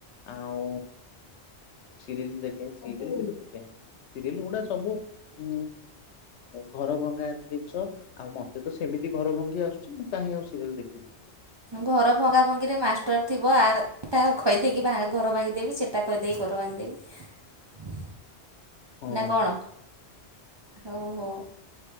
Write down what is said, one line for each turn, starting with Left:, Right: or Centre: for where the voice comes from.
Left: ଆଉ ସିରିଜ ଦେଖେ ସିରିଜ ଦେଖେନି। ସିରିଏଲ ଗୁଡା ସବୁ ଉ ଉ ଘର ଭଙ୍ଗା ଜିନିଷ ଆଉ ମତେ ତ ସିରିଏଲ୍ ଯଦି ଘର ଭଙ୍ଗି ଆସୁଛି ମୁଁ ତାହେଲେ ଆଉ ସିରିଏଲ୍ ଦେଖିନି।
Right: ଘର ଭଙ୍ଗା ଭଙ୍ଗିରେ ମାଷ୍ଟର ଥିବ ଆ ତା ଘ୍ କହିଦେଇକି ବା ଘର ଭାଙ୍ଗିଦେବି ସେଇଟା କହିଦେଇକି ଘର ଭାଙ୍ଗିଦେବି।
Left: ହଁ
Right: ନା କଣ ହଉ ହଉ।